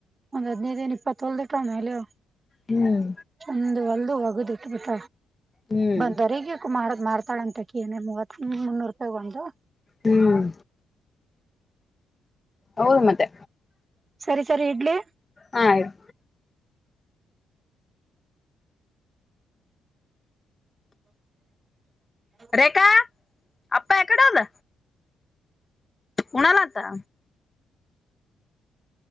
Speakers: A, on the right (about 35°); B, on the left (about 25°).
A: ಒಂದ್ ಹದಿನೈದು ಇಪ್ಪತ್ತೊಲ್ದಟೋ ಅಲೋ
B: ಹ್ಮ್
A: ಚಂದು ವಲ್ದು ಒಗದು ಉಟ್ ಬಿಟ್ಟ
B: ಹ್ಮ್
A: ಬಂದ ರೀಗಕ ಮಾಡದ್ ಮಾಡ್ತಾಳ ಅಂತಕ್ಕನ ಮೂವತ್ ಮುನ್ನೂರು ರೂಪಾಯಿ ಒಂದು
B: ಹ್ಮ್ ಅವರು ಮತ್ತೆ
A: ಸರಿ ಸರಿ ಇಡ್ಲಿ.
B: ಹ ಆ್ತ
A: <inaudible>
B: ರೇಖಾ ಅಪ್ಪ ಎಕಡೆ ಓದ ಕುಣಾಲತ